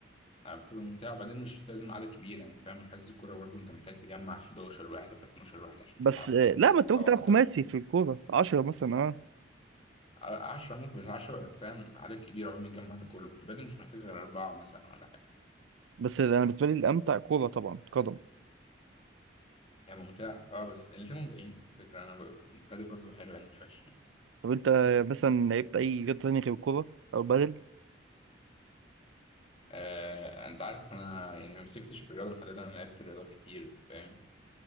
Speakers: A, on the left; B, on the right.
A: آه، بتبقى ممتعة وبعدين مش لازم عدد كبير يعني فاهم حجز الكورة برضه أنت محتاج تجمع 11 واحد ولا 12 واحد عشان
B: بس
A: تلعبه
B: آه، لا ما انت ممكن
A: أو
B: تلعب
A: أكتر
B: خماسي في الكوره 10 مثلا اه
A: 10 ممكن بس 10 أنت فاهم عدد كبير عقبال ما تجمع ده كله البدل مش محتاج غير أربعة مثلا ولا حاجة
B: بس انا بالنسبه لي الامتع كوره طبعا قدم
A: هي ممتعة اه بس الاتنين ممتعين على فكرة انا ب- البادل برضو حلو يعني مش وحش
B: طب انت مثلا لعبت اي رياضه تانية غير الكوره او البادل
A: آه انت عارف انا يعني ما مسكتش في الرياضة محددة انا لعبت رياضات كتير فاهم